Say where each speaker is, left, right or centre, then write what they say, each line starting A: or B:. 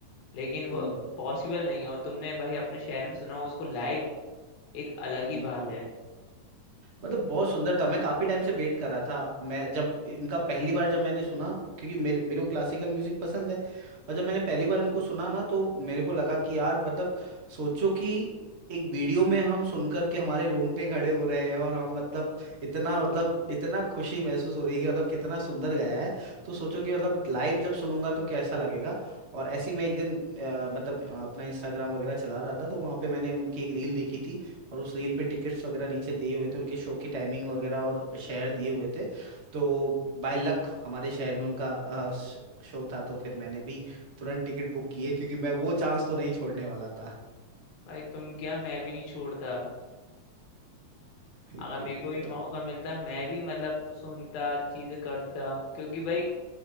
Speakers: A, on the left (about 75°); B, on the right (about 50°).
A: लेकिन वो
B: हम्म
A: पॉसिबल नहीं है और तुमने भाई अपने शहर में सुना हो उसको लाइव एक अलग ही
B: बिल्कुल
A: बात है
B: मतलब बहुत सुंदर था मैं काफी टाइम से वेट कर रहा था मैं जब इनका पहली बार जब मैंने सुना क्योंकि मेरे मेरे को क्लासिकल म्यूजिक पसंद है और जब मैंने पहली बार इनको सुना ना तो मेरे को लगा कि यार मतलब सोचो कि एक वीडियो में हम सुन करके हमारे रोंगटे खड़े हो रहे हैं और हम मतलब इतना मतलब इतना खुशी महसूस हो रही है कि मतलब कितना सुंदर गाया है तो सोचो कि मतलब लाइव जब सुनूंगा तो कैसा लगेगा और ऐसे ही मैं एक दिन अ, मतलब अ, अपना इंस्टाग्राम वगैरह चला रहा था तो वहां पे मैंने उनकी एक रील देखी थी और उस रील पे टिकट्स वगैरह नीचे दिए हुए थे उनके शो की टाइमिंग वगैरह और शहर दिए हुए थे तो बाय लक हमारे शहर में उनका अ, श- शो था तो फिर मैंने भी तुरंत टिकट बुक किए क्योंकि मैं वो चांस तो नहीं छोड़ने वाला था
A: भाई तुम क्या मैं भी नहीं छोड़ता
B: बिल्कुल
A: अगर मेरे को भी
B: मतलब
A: मौका मिलता मैं भी मतलब सुनता चीजें करता क्योंकि भाई